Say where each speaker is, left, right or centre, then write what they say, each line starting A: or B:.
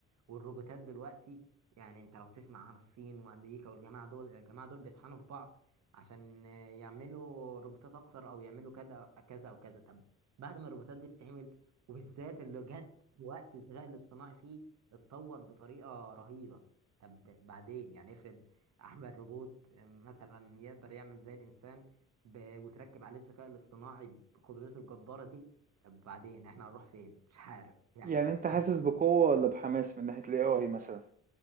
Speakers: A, on the right; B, on the right.
A: والروبوتات دلوقتي يعني انت لو تسمع عن الصين وامريكا والجماعه دول الجماعه دول بيطحنوا في بعض عشان آه، يعملوا روبوتات اكتر او يعملوا كذا كذا او كذا طب بعد ما الروبوتات دي تتعمل وبالذات اللي جت في وقت الذكاء الاصطناعي فيه اتطور بطريقه رهيبه طب بعدين يعني افرض اعمل روبوت آه، مثلا يقدر يعمل زي الانسان ب... وتركب عليه الذكاء الاصطناعي بقدرته الجباره دي طب بعدين احنا هنروح فين مش عارف يعني
B: يعني انت حاسس
A: انا
B: بقوة ولا بحماس من ناحية ال AI مثلا